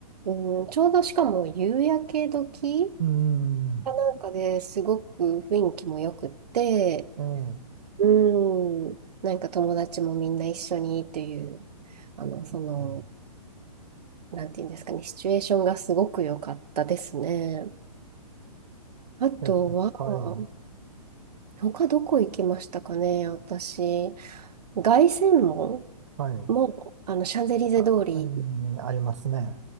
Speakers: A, on the right; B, on the right.
A: うん、ちょうどしかも夕焼け時
B: うん、
A: かなんかですごく雰囲気も良くって、
B: ええ、う
A: うん。なんか友達もみんな一緒にっていう、あの、その、
B: ん、
A: なんていうんですかね、シチュエーションがすごく良かったですね。あとは、
B: です。はい、
A: 他どこ行きましたかね、私。凱旋門
B: はい。
A: も、あの、シャンゼリゼ通り、
B: あ、あれにありますね。